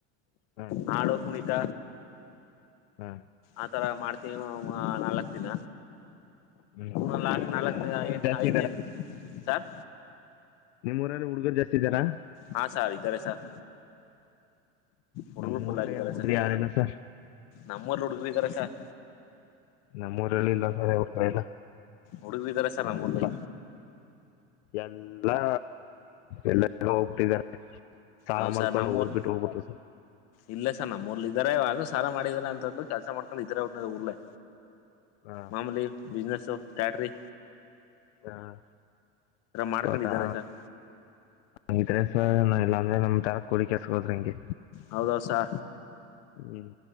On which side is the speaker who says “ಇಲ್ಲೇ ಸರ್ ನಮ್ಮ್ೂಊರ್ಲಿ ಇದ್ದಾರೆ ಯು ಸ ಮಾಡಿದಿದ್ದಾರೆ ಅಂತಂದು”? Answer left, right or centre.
Left